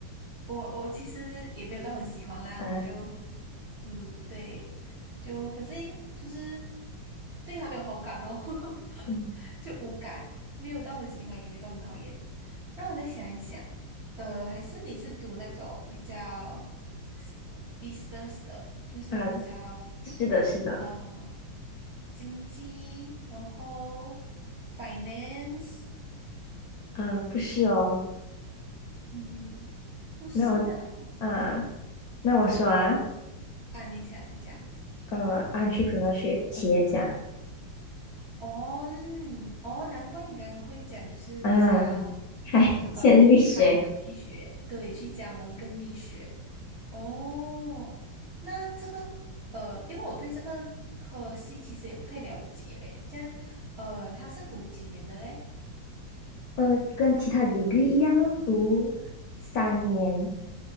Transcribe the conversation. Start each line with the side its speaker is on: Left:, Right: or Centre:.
Right: 我我其实也没有到很喜欢啦，
Left: 嗯
Right: 我就嗯对，就可是就是对他没有好感咯，<laughs>
Left: 嗯
Right: 就无感，没有到很喜欢，也没有到很讨厌。让我再想一想，呃，还是你是读那种比较是 business 的，就是比较
Left: 啊，是的，是的。
Right: 呃经济，然后 finance，
Left: 啊，不是哦，
Right: 嗯，不是啊，
Left: 那我
Right: 我想
Left: 啊，那我说啊，
Right: 啊，你想你讲。
Left: 呃，entrepreneurship 企业家
Right: 哦，就是你哦，难怪你刚刚会讲，就是你想要
Left: 啊，开建力学，
Right: 嗯、呃去开一个蜜雪，对，去加盟一个蜜雪。哦，那这个呃，因为我对这个科系其实也不太了解嘞，这样呃，他是读几年的嘞？
Left: 呃，跟其他 degree 一样哦读三年，